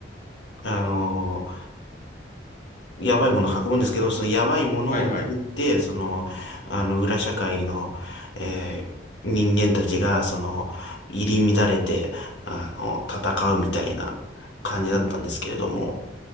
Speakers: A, on the left; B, on the left.
A: あのやばいものを運ぶんですけど、そのやばいものを巡って、
B: はいはい。
A: その、あの、裏社会の、えー人間たちが、その、入り乱れて、あの、戦うみたいな感じだったんですけれども、
B: うんうん。